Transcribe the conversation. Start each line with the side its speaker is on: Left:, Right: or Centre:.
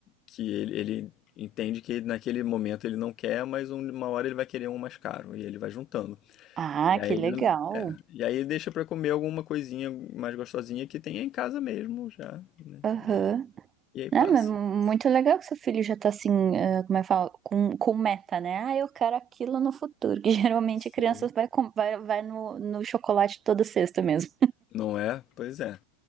Left: que ele, ele entende que naquele momento ele não quer, mas um- uma hora ele vai querer um mais caro e ele vai juntando.
Right: Ah,
Left: E aí,
Right: que legal.
Left: ele- é, e aí deixa para comer alguma coisinha mais gostosinha que tem em casa mesmo já, né?
Right: Aham.
Left: E aí, e aí passa.
Right: Ah, mas mu- muito legal que seu filho já tá assim, ah, como é que fala, com, com meta, né? Ah, eu quero aquilo no futuro. Que <laughs> geralmente
Left: Sim.
Right: a criança vai, com- vai, vai no, no chocolate toda sexta mesmo.
Left: Não é? Pois é.